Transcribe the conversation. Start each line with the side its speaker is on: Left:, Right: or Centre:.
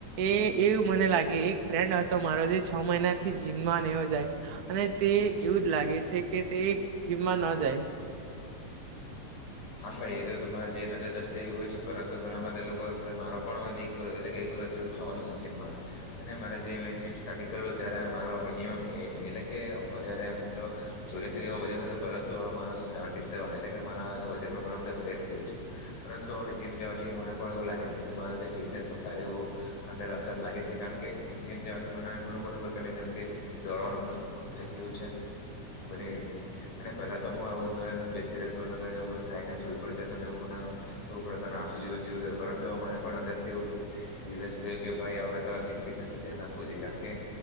Right: એ એવું મને લાગે એક ફ્રેન્ડ હતો મારો જે છ મહિના નાથી જીમમાં ન જાય અને તે એવું જ લાગે છે કે તે જીમમાં ન જાય.
Left: હા ભાઈ એ તો તમારે જે નજર દૃષ્ટિ એવી હોય છે પરંતુ ઘણા બધા લોકો એ મારો પણ એટલે થવાનું છે જીમમાં અને મારે જે જીમ સ્ટાર્ટિંગ કરું ત્યારે મારો મિનિમમ એટ એટલે કે વધારે એમ તો ચોર્યાસી જેવો વજન હતું પરંતુ હવે છે. સેવેન્ટી સેવન એટલે કે મારા જેવો જ ઘણો બધો ફેર થયો છે. જવાથી મને એવું લાગે છે કે મારે જે ફિટનેસ સારુ એવું અંદર અસર લાગે છે કારણ કે જીમ જવાથી મને ઘણું બધો પ્રકાર જેમ કે દોડવાનું થઈ ગયુ છે અને પેલા તો હું આવુ ઘરે બેસી રહેતો ઘરે ને આવુ જ બધું ખાઈને સુઈ પણ જતો ને એ મને બુ પ્રકારના આરસુ જીવન જીવતો હતો પરંતુ મને પણ અંદર થી રિયલાઇસ થયું કે ભાઈ હવે તો જીક ફિટનેસ પર ધ્યાન આપવું જોઈએ કારણ કે